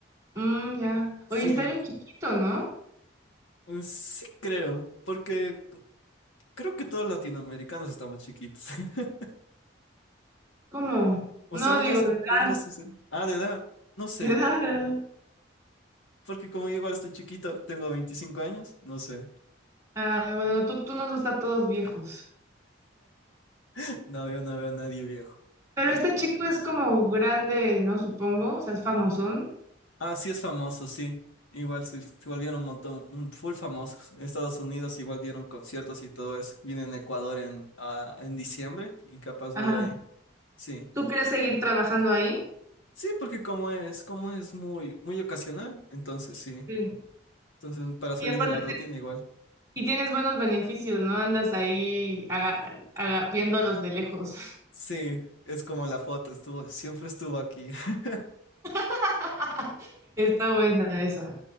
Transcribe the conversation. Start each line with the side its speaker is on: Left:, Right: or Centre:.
Right: mm, ya.
Left: Sí,
Right: Oye, está
Left: en-
Right: bien chiquito, ¿no?
Left: sí creo, porque Creo que todos los latinoamericanos estamos chiquitos. <laughs>
Right: ¿Cómo?
Left: O
Right: No,
Left: sea, unos,
Right: digo, de
Left: unos,
Right: edad,
Left: sesen- ah, de edad,
Right: <laughs>
Left: no sé.
Right: de edad, de edad.
Left: Porque como yo igual estoy chiquito, tengo 25 años, no sé.
Right: Ah, bueno, tú, tú nos gusta a todos viejos.
Left: <laughs> No, yo no veo a nadie viejo.
Right: Pero
Left: Por-
Right: este chico es como grande, ¿no? Supongo, o sea, es famosón.
Left: Ah, sí es famoso, sí. Igual se, se volvieron un montón, mm, full famosos. En Estados Unidos igual dieron conciertos y todo eso. Viene en Ecuador en, ah, en diciembre y capaz
Right: Ajá.
Left: voy a ir. Sí.
Right: ¿Tú crees seguir trabajando ahí?
Left: Sí, porque como es, como es muy, muy ocasional, entonces sí.
Right: Sí.
Left: Entonces, para salir
Right: Y aparte,
Left: de la rutina igual.
Right: y tienes buenos beneficios, ¿no? Andas ahí aga- aga- viéndolos de lejos.
Left: Sí, es como la foto, estuvo, siempre estuvo aquí. <laughs>
Right: <laughs> Está buena esa.